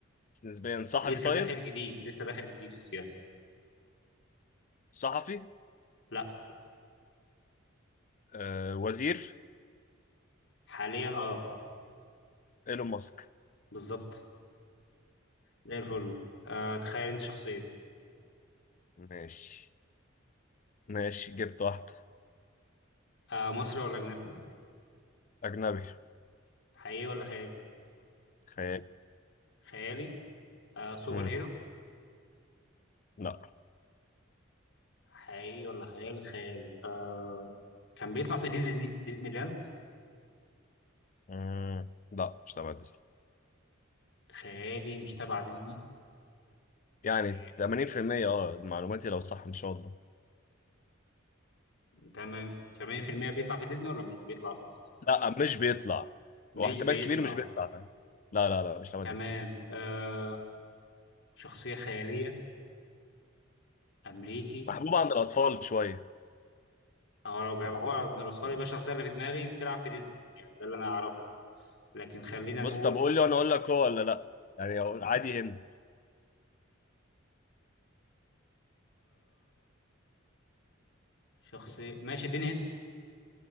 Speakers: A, on the left; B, on the left.
A: نسبيا صحفي
B: لسه
A: طيب
B: داخل جديد لسه داخل جديد في السياسة
A: صحفي
B: لا
A: آه، وزير
B: حاليا اه
A: ايلون ماسك
B: بالظبط زي الفل آه تخيل انت شخصية
A: ماشي ماشي جبت واحدة
B: آه مصري ولا أجنبي
A: أجنبي
B: حقيقي ولا خيالي
A: خيال
B: خيالي آه سوبر
A: مم.
B: هيرو
A: لا
B: حقيقي ولا خيالي خيالي آه كان بيطلع في ديزني ديزني لاند
A: مم. لا مش تبع ديزني
B: خيالي مش تبع ديزني
A: يعني
B: خيالي.
A: 80% اه معلوماتي لو صح إن شاء الله
B: تمام 80% بيطلع في ديزني ولا مش بيطلع في ديزني
A: لا مش بيطلع
B: مش
A: هو احتمال
B: بيطلع
A: كبير مش بيطلع لا لا لا مش تبع
B: تمام
A: ديزني
B: آه شخصية خيالية أمريكي
A: محبوب عند الأطفال شوية
B: اه لو بيبقى هو من الأصفار يبقى الشخصية اللي في دماغي بتلعب في ديزني يعني ده اللي أنا أعرفه لكن خلينا
A: بص
B: نقول
A: طب قول لي وأنا أقول لك هو ولا لا يعني أقول عادي هند
B: شخصية ماشي اديني هنت